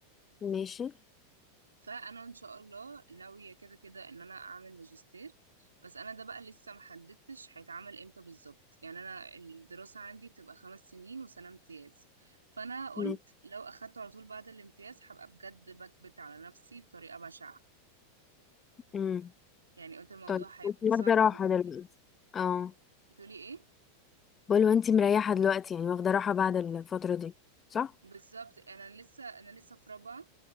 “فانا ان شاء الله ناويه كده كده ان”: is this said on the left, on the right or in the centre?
Right